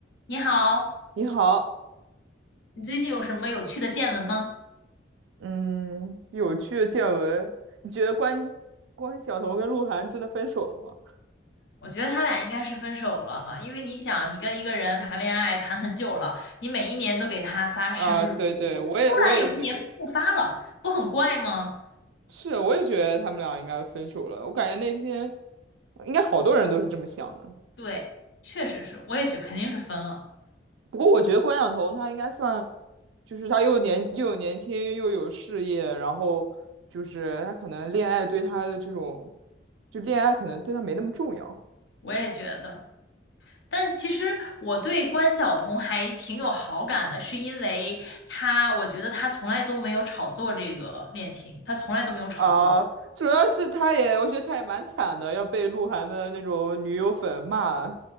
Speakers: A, on the left; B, on the right.
A: 你好，
B: 你好，
A: 你最近有什么有趣的见闻吗？
B: 嗯，有趣的见闻，你觉得关关晓彤跟鹿晗真的分手了吗？
A: 我觉得他俩应该是分手了，因为你想，你跟一个人谈恋爱谈很久了，你每一年都给他发生日祝福，
B: 啊，对对，我也我也觉得
A: 突然有一年不发了，不很怪吗？
B: 是，我也觉得他们俩应该分手了。我感觉那天应该好多人都是这么想的。
A: 对，确实是，我也觉肯定是分了，
B: 不过我觉得关晓彤她应该算，就是她又年又有年轻又有事业，然后就是她可能恋爱对她的这种，就恋爱可能对她没那么重要。
A: 我也觉得。但其实我对关晓彤还挺有好感的，是因为她，我觉得她从来都没有炒作这个恋情，她从来都没有炒作过。
B: 啊，主要是他也，我觉得他也蛮惨的，要被鹿晗的那种女友粉骂。